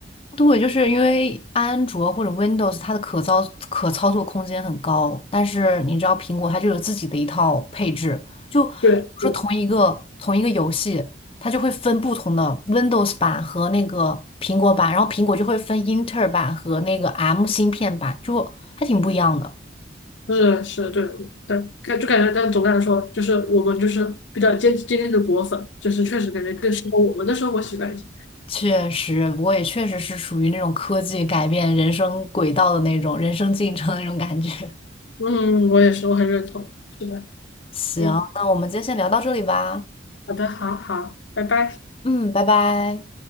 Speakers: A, on the left; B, on the left.
A: 对，就是因为安卓或者 Windows 它的可操可操作空间很高，但是你知道苹果它就有自己的一套配置，就比如说同一个同一个游戏，
B: 对对，
A: 它就会分不同的 Windows 版和那个苹果版，然后苹果就会分英特尔版和那个 M 芯片版，就还挺不一样的。
B: 是是，对对，感就感觉，但总的来说，就是我们就是比较坚坚定的果粉，就是确实感觉更适合我们的生活习惯一些。
A: 确实，不过也确实是属于那种科技改变人生轨道的那种人生进程的那种感觉。<laughs>
B: 嗯，我也是，我很认同。是的，
A: 行，
B: 嗯，
A: 那我们今天先聊到这里吧。
B: 好的，好好，拜拜。
A: 嗯，拜拜。